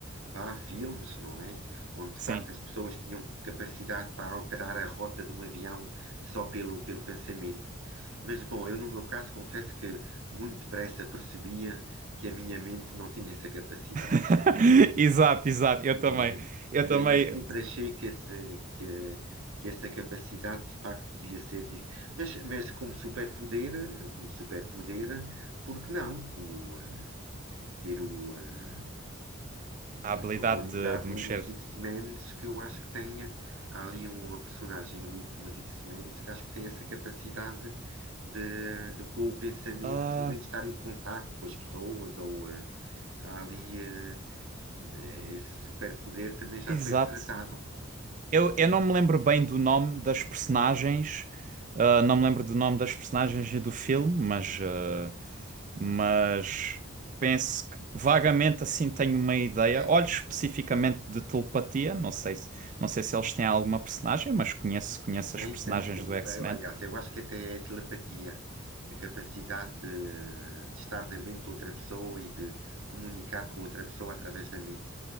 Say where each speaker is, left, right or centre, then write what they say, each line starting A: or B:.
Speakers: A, on the right; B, on the right.
A: vá filmes, não é? Onde de
B: Sim.
A: facto as pessoas tinham capacidade para alterar a rota de um avião só pelo, pelo pensamento. Mas bom, eu no meu caso confesso que muito depressa percebia que a minha mente não tinha essa capacidade.
B: <laughs>
A: isto é.
B: Exato, exato. Eu
A: E,
B: também.
A: eh,
B: Eu
A: e,
B: também.
A: eh, e sempre achei que, esse, que, eh, que essa capacidade de facto devia ser. di- Mas, mas como superpoder, eh, como superpoder, por que não? O, eh, ter o. eh,
B: A habilidade
A: Estou-me a lembrar
B: de, de
A: de
B: mexer.
A: um dos X-Men que eu acho que tem. eh, Há ali uma personagem no, X- nos X-Men que acho que tem essa capacidade de, de, com o pensamento,
B: Ah,
A: pelo menos estar em contacto com as pessoas, ou eh, há ali. eh, eh, Esse superpoder também já
B: exato.
A: foi retratado.
B: Eu, eu não me lembro bem do nome das personagens. ah, não me lembro do nome das personagens e do filme, mas, ah, mas penso que vagamente assim tenho uma ideia.
A: É,
B: Olho especificamente
A: é.
B: de telepatia. Não sei se, não sei se eles têm alguma personagem, mas conheço, conheço
A: Tem,
B: as personagens
A: tem, tem.
B: do
A: Eu-
B: X-Men.
A: eu, Aliás, eu acho que até é telepatia, a capacidade de, de estar na mente de outra pessoa e de comunicar com outra pessoa através da mente.